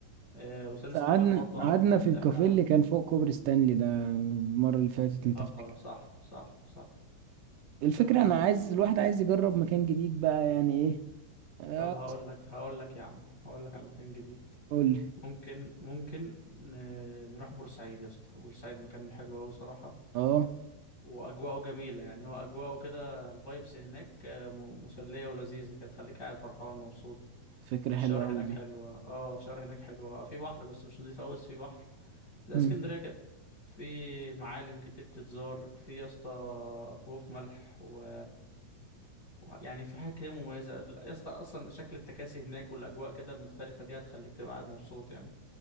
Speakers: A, on the left (about 25°); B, on the right (about 80°).
A: اه وسان ستيفانو
B: قعدنا
A: برضه أعتقد
B: قعدنا في الكافيه
A: احنا
B: اللي كان فوق كوبري ستانلي ده المرة اللي فاتت أنت
A: اه
B: فاكر
A: آه، صح صح صح
B: الفكرة
A: صدق يا
B: أنا عايز الواحد عايز يجرب مكان جديد بقى يعني إيه آه،
A: طب هقول لك هقول لك يا عم هقول لك على مكان جديد
B: قول لي
A: ممكن ممكن ن- نروح بورسعيد يا اسطى بورسعيد مكان حلو أوي صراحة
B: أه
A: واجواءه جميله يعني هو اجواءه كده الفايبس هناك آه، م- مسليه ولذيذه كده تخليك قاعد فرحان ومبسوط
B: فكرة
A: الشوارع
B: حلوة أوي
A: هناك حلوه اه الشوارع هناك حلوه في بحر بس مش نضيف قوي بس في بحر زي
B: دي
A: اسكندريه كده في معالم كتير تتزار في يا اسطى كهوف ملح و... و... يعني في حاجات كتير مميزه ال- يا اسطى اصلا شكل التكاسي هناك والاجواء كده المختلفه دي هتخليك تبقى قاعد مبسوط يعني